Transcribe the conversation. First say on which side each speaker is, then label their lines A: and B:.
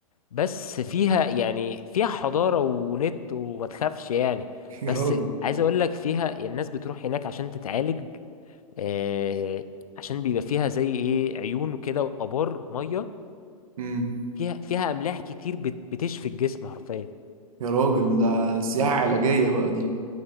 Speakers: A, on the left; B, on the right.
A: بس فيها يعني فيها حضارة ونت وما تخافش يعني
B: <laughs> يا
A: بس
B: راجل
A: عايز اقول لك فيها الناس بتروح هناك عشان تتعالج آه عشان بيبقى فيها زي ايه عيون وكده وابار مية
B: امم
A: فيها فيها املاح كتير بت- بتشفي الجسم حرفيا
B: يا راجل ده سياحه علاجيه بقى دي